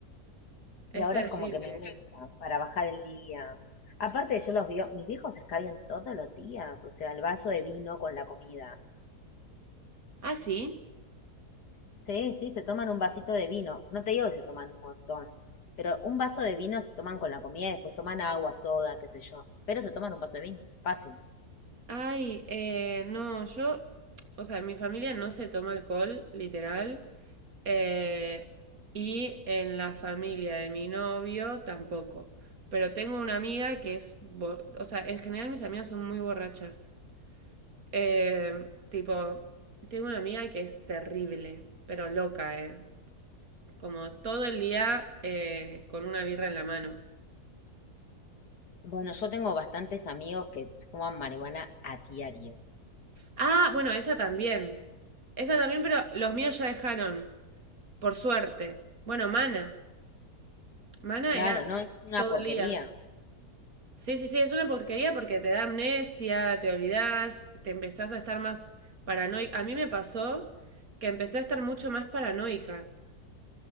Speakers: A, on the left (about 85°); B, on the right (about 60°).
A: Y
B: Es
A: ahora
B: terrible.
A: es como que me gusta, para bajar el día. Aparte, yo los vio, mis viejos escabian todos los días, o sea, el vaso de vino con la comida.
B: Ah, sí.
A: Sí, sí, se toman un vasito de vino. No te digo que se toman un montón, pero un vaso de vino se toman con la comida y después toman agua, soda, qué sé yo. Pero se toman un vaso de vino, fácil.
B: Ay, eh, no, yo, o sea, mi familia no se toma alcohol, literal. eh, y en la familia de mi novio tampoco. Pero tengo una amiga que es, bo- o sea, en general mis amigas son muy borrachas. Eh, tipo, tengo una amiga que es terrible, pero loca, ¿eh? Como todo el día eh, con una birra en la mano.
A: Bueno, yo tengo bastantes amigos que fuman marihuana a diario.
B: Ah, bueno, esa también. Esa también, pero los míos ya dejaron, por suerte. Bueno, Mana. Mana
A: Claro,
B: era
A: no es una
B: todo
A: porquería.
B: el día. Sí, sí, sí, es una porquería porque te da amnesia, te olvidás, te empezás a estar más paranoica. A mí me pasó que empecé a estar mucho más paranoica.